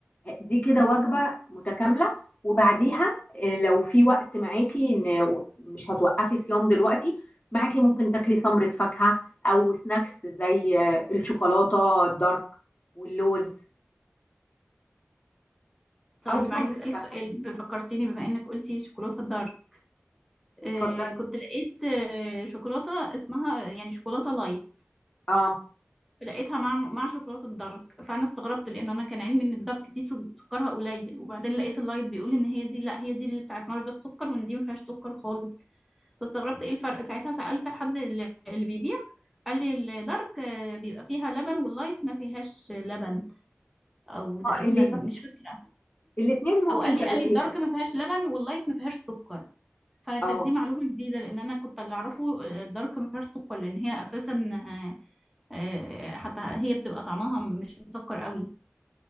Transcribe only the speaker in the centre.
طيب
عايزه اسالك
سؤال ب- فكرتيني بما انك قلتي شوكولاته الدارك آه،
كنت لقيت آه، شوكولاته اسمها يعني شوكولاته لايت
لقيتها مع مع شوكولاته الدارك فانا استغربت لان انا كان علمي ان الدارك دي سو- سكرها قليل وبعدين لقيت اللايت بيقول ان هي دي لا هي دي اللي بتاعت مرضى السكر وان دي ما فيهاش سكر خالص فاستغربت ايه الفرق ساعتها سالت حد اللي اللي بيبيع قال لي الدارك آه، بيبقى فيها لبن واللايت ما فيهاش لبن او تقريبا
مش فاكره
او قال
لي قال لي الدارك ما فيهاش لبن واللايت ما فيهاش سكر فكانت
دي معلومه جديده لان انا كنت اللي اعرفه آه، الدارك ما فيهاش سكر لان هي اساسا آه، حتى هي بتبقى طعمها مش مسكر قوي